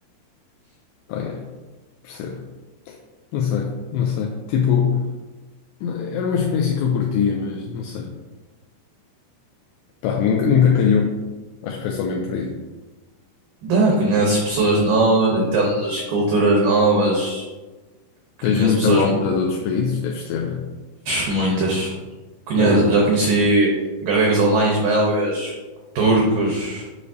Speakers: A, on the left (about 80°); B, on the right (about 80°).
A: Pá, yeah, percebo. Não sei, não sei. Tipo, Não, Era uma experiência que eu curtia, mas não sei. Pá, nunca, nunca calhou. Acho que foi só mesmo por aí.
B: Dá, conheces pessoas novas, entendes culturas novas,
A: Tens
B: conheço
A: muita
B: pessoas
A: malta de outros países? Deves ter, né?
B: Muitas. Conhe-
A: Da onde?
B: já conheci gregos, alemães, belgas, turcos,